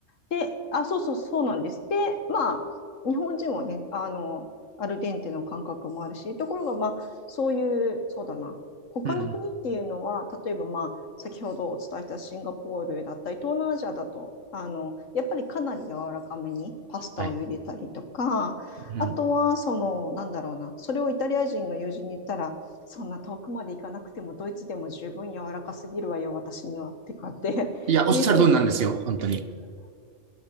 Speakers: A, on the left; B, on the right.
A: で、あ、そうそう、そうなんです。で、まあ、日本人はね、あの、アルデンテの感覚もあるし、ところが、まあ、そういう、そうだな、他の国っていうのは、
B: うん。
A: 例えば、まあ、先ほどお伝えしたシンガポールだったり、東南アジアだと、あの、やっぱりかなり柔らかめにパスタを茹でたりとか、
B: はい。うん。
A: あとは、その、なんだろうな、それをイタリア人の友人に言ったら、そんな遠くまで行かなくても、ドイツでも十分柔らかすぎるわよ、私には、ってかっていうふうに、
B: いや、おっしゃる通りなんですよ。本当に。